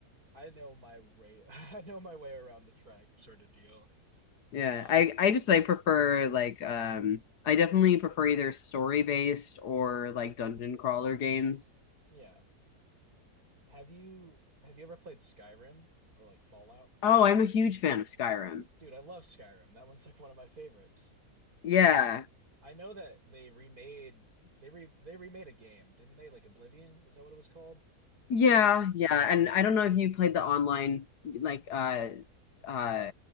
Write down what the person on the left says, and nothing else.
Yeah,
I I just I prefer like um I definitely prefer either story based or like dungeon crawler games.
Oh, I'm a huge fan of Skyrim.
Yeah,
Yeah, yeah. And I don't know if you played the online like uh uh